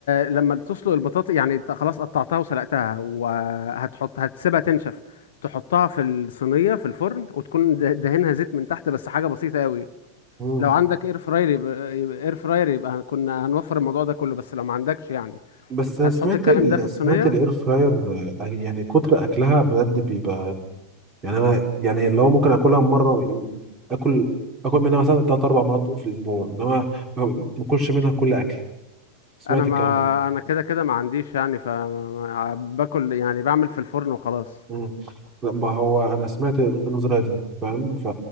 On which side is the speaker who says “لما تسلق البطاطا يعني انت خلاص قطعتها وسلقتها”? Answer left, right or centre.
Left